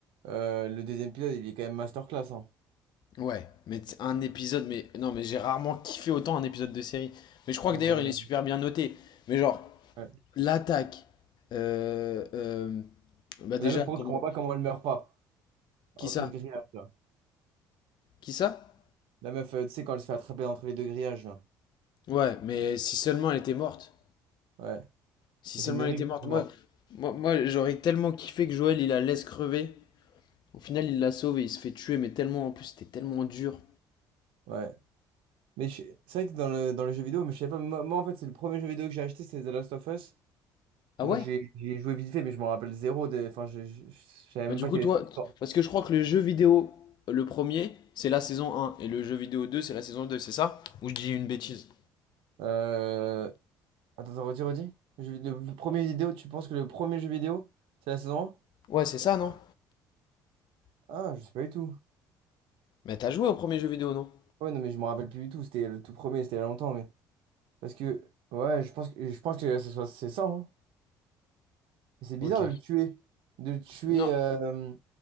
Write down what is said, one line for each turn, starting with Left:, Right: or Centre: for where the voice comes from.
Right: euh, le deuxième épisode, il est quand même masterclass, hein.
Left: Ouais, mais t- un épisode, mais non, mais j'ai rarement kiffé autant un épisode de série. Mais je crois
Right: Ouais,
Left: que d'ailleurs
Right: c'est dingue.
Left: il est super bien noté. Mais genre,
Right: Ouais.
Left: l'attaque, euh, euh, bah déjà,
Right: La meuf, par
Left: comment,
Right: contre, je comprends pas comment elle meurt pas. Entre
Left: qui ça?
Right: le grillage, là.
Left: Qui ça?
Right: La meuf, euh, tu sais, quand elle se fait attraper entre les deux grillages, là.
Left: Ouais, mais si seulement elle était morte.
Right: Ouais.
Left: Si
Right: Mais
Left: seulement
Right: c'est une dinguerie,
Left: elle était
Right: elle est pas
Left: morte,
Right: morte.
Left: moi, moi, moi j'aurais tellement kiffé que Joël il la laisse crever. Au final, il la sauve et il se fait tuer, mais tellement en plus, c'était tellement dur.
Right: Ouais. Mais je- c'est vrai que dans le, dans le jeu vidéo, mais je sais pas, moi, moi, en fait, c'est le premier jeu vidéo que j'ai acheté, c'est The Last of Us.
Left: Ah
Right: Moi,
Left: ouais?
Right: j'ai j'ai joué vite fait, mais je m'en rappelle zéro. des- Enfin, je, je, je savais même
Left: Bah du
Right: pas
Left: coup
Right: qu'il y
Left: toi,
Right: avait cette histoire.
Left: parce que je crois que le jeu vidéo, le premier, c'est la saison un et le jeu vidéo 2 c'est la saison deux c'est ça? Ou je dis une bêtise?
Right: Euh... Attends, attends, redis, redis. Je- Le, le premier vidéo, tu penses que le premier jeu vidéo, c'est la saison
Left: Ouais, c'est ça, non?
Right: un Ah, je sais pas du tout.
Left: Mais t'as joué au premier jeu vidéo, non?
Right: Ouais, non, mais je me rappelle plus du tout. C'était le tout premier, c'était il y a longtemps, mais. Parce que, ouais, je pense que, je pense que ce soit- c'est ça, hein. Mais C'est bizarre
Left: Ok.
Right: de le tuer. De le tuer.
Left: Non.
Right: euh,